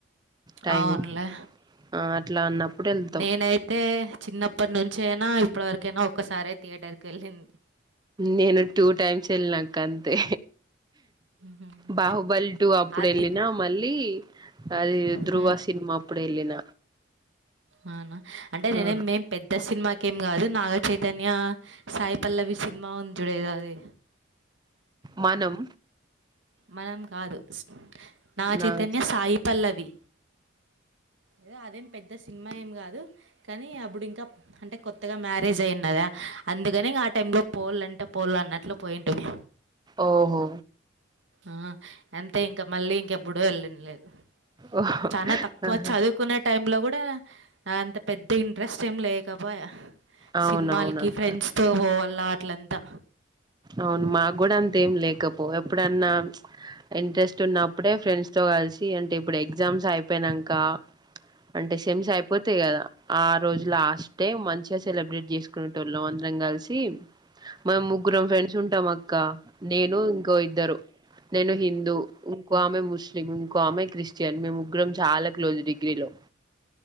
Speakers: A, on the right; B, on the right.
A: టైము
B: అవునులే
A: ఆ అట్లా అన్నప్పుడు వెళ్తాం
B: నేనైతే చిన్నప్పటి నుంచి అయినా ఇప్పటివరకైనా ఒక్కసారే థియేటర్కి వెళ్ళింది
A: నేను టూ టైమ్స్ వెళ్ళినక్క అంతే
B: హ్మ్.
A: బాహుబలి టు అప్పుడు
B: అది.
A: వెళ్ళినా అమళ్ళీ అది ధృువ
B: హ్మ్.
A: సినిమా ఇప్పుడె వెళ్ళిన
B: అవునా అంటే నేనేం
A: ఆ
B: మేం పెద్ద సినిమాకేం కాదు నాగచైతన్య సాయి పల్లవి సినిమా ఉంది చుడు దేఎదోఅది
A: మనం
B: మనం కాదు స్ నాగ చైతన్య
A: నాగచైతన్య
B: సాయి పల్లవి ఏదో అదేం పెద్ద సినిమా ఏం గాదు కనీ అబ్బుడింకా అంటే కొత్తగా మ్యారేజ్ అయిందదా అందుకనే ఇగ ఆ టైం లో పోవాల్లాంటే పోల్ల అన్నట్లు పోయింటుంది
A: ఓహో
B: ఆ అంతే ఇంక మళ్ళీ ఇంకా ఇంకెప్పుడూ వెళ్ళంది లేదు
A: ఓహో
B: చానా తక్కువ
A: ఆహా
B: చదువుకునేట్ టైం లో గూడా అంత పెద్ద ఇంట్రెస్ట్ ఏం లేకపాయ
A: అవునవును
B: సిన్మాలకిి
A: అక్క
B: ఫ్రెండ్స్ తో పోవల్లా అట్లెంతా
A: అవును మాగ్గుడా అంతేం లేకపో ఎప్పుడన్నా ఇంట్రెస్ట్ ఉన్నప్పుడే ఫ్రెండ్స్ తో గలిసి అంటే ఇప్పుడు ఎగ్జామ్స్ అయిపోయినంతా అంటే సెమ్స్ అయిపోతయి గదా ఆ రోజు లాస్ట్ డే మంచిగ సెలబ్రేట్ జేసుకునేటోల్లం అందరం కలిసి మనం ముగ్గురం ఫ్రెండ్స్ ఉంటామక్క నేను ఇంకో ఇద్దరు నేను హిన్ దూ ఇంకో ఆమె ముస్లిం ఇంకో ఆమె క్రిస్టియన్ మేము ముగ్గురం చాలా క్లోజ్ డిగ్రీలో